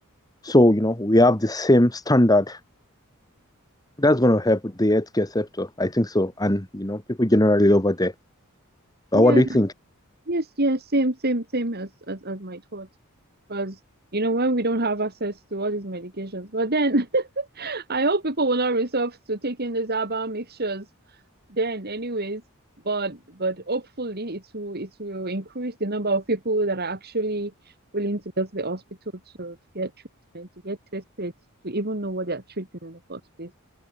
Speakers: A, on the left; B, on the right.
A: So you know we have the same standard That's going to help with the healthcare sector. I think so. And, you know, people generally over there.
B: Yeah,
A: Uh, what do you think?
B: yes, yes, same, same, same as as, as my thoughts. Because you know, when we don't have access to all these medications, but then <laughs> I hope people will not resort to taking these herbal mixtures then anyways but but hopefully it will it will increase the number of people that are actually willing to go to the hospital to to get treatment to get tested to even know what they're treating in the first place